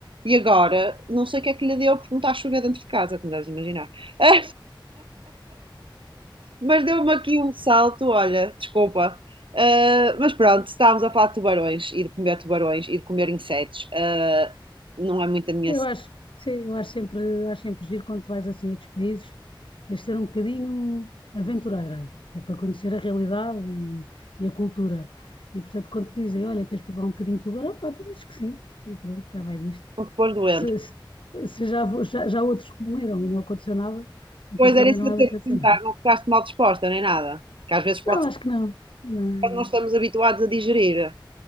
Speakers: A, on the right; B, on the left.
A: E agora, não sei o que é que lhe deu porque não está a chover dentro de casa, como deves imaginar. <laughs> Mas deu-me aqui um salto, olha, desculpa. Ah, mas pronto, estávamos a falar de tubarões e de comer tubarões e de comer insetos. Ah, não é muito a minha
B: Sim,
A: cena.
B: Eu acho, sim, eu acho sempre, acho sempre giro quando tu vais assim a estes países, tens de ser um bocadinho aventureira, que é para conhecer a realidade e, e a cultura. E portanto, quando te dizem, olha, queres provar um bocadinho de tubarão, pá, tu dizes que sim, e pronto, cá vai disto.
A: Porque depois doente.
B: Se, se- se já, vo- já, já outros comeram e não aconteceu nada, então
A: Pois
B: também
A: era isso
B: não
A: que
B: há
A: eu tinha
B: de acontecer.
A: de perguntar, não ficaste mal disposta nem nada. Que às vezes pode
B: Não, acho
A: ser
B: que não. Não,
A: que não estamos habituados a digerir.